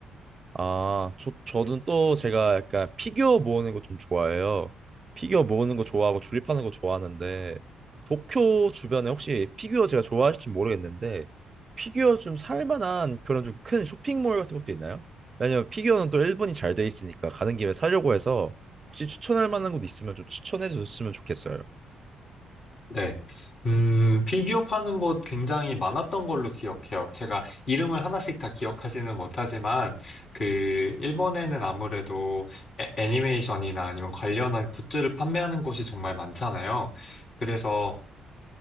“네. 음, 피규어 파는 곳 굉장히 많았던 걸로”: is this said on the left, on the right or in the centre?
Left